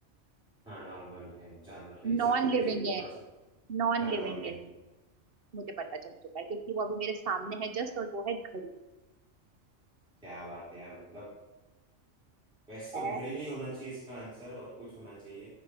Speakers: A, in the centre; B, on the right.
A: हाँ नॉर्मल है जानवर नहीं चल
B: नॉन
A: तेरे
B: लिविंग
A: लिए
B: है
A: थोड़ा सा
B: Non
A: हाँ नॉन
B: living
A: लिविंग
B: it
A: है
B: मुझे पता चल चुका है क्योंकि वो अभी मेरे सामने है जस्ट और वो है घड़ी
A: क्या बात है यार मतलब वैसे
B: अ,
A: तो घड़ी नहीं होना चाहिए इसका आंसर और कुछ होना चाहिए